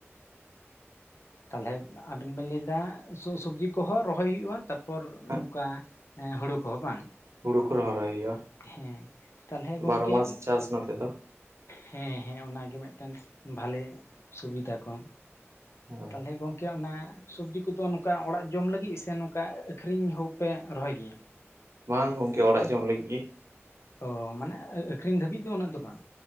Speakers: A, on the left (about 65°); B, on the right (about 75°).
A: ᱛᱟᱦᱞᱮ ᱟᱵᱮᱱ ᱵᱮᱱ ᱞᱟᱹᱭᱮᱫᱟ ᱥᱚᱵᱽᱡᱤ ᱠᱚᱦᱚᱸ ᱨᱚᱦᱚᱭ ᱦᱩᱭᱩᱜᱼᱟ, ᱯᱚᱨ
B: ᱦᱟᱸᱜ
A: ᱱᱚᱝᱠᱟ ᱦᱳᱲᱳ ᱠᱚᱦᱚᱸ ᱵᱟᱝ
B: ᱦᱩᱲᱩ ᱠᱚ ᱨᱚᱦᱚᱭ ᱦᱩᱭᱩᱜᱼᱟ
A: ᱦᱮᱸ ᱛᱟᱦᱚᱞᱮ ᱜᱚᱝᱠᱮ
B: ᱾ᱵᱟᱨᱚ ᱢᱟᱥ ᱪᱟᱥ ᱱᱚᱛᱚ᱾
A: ᱦᱮᱸ ᱦᱮᱸ ᱚᱱᱟᱜᱮ ᱢᱮᱫᱴᱮᱱ ᱵᱷᱟᱞᱮ ᱥᱩᱵᱤᱫᱷᱟ ᱠᱚ᱾
B: ᱦᱳᱭ
A: ᱛᱟᱦᱚᱞᱮ ᱜᱚᱢᱠᱮ ᱜᱚᱢᱠᱮ ᱚᱱᱟ ᱥᱚᱵᱽᱡᱤ ᱠᱚᱫᱚ ᱱᱚᱝᱠᱟ ᱚᱲᱟᱜ ᱡᱚᱢ ᱞᱟᱹᱜᱤᱫ ᱥᱮ ᱱᱚᱝᱠᱟ ᱟᱹᱠᱷᱨᱤᱧ ᱦᱚᱸᱯᱮ ᱨᱚᱦᱚᱭ ᱜᱮᱭᱟ?
B: ᱵᱟᱝ ᱜᱚᱝᱠᱮ ᱚᱲᱟᱜ ᱡᱚᱝ ᱞᱟᱹᱜᱤᱫ ᱜᱮ᱾
A: ᱚ ᱢᱟᱱᱮ ᱟᱹᱠᱷᱨᱤᱧ ᱫᱷᱟᱹᱵᱤᱡ ᱫᱚ ᱩᱱᱟᱹᱜ ᱫᱚ ᱵᱟᱝ?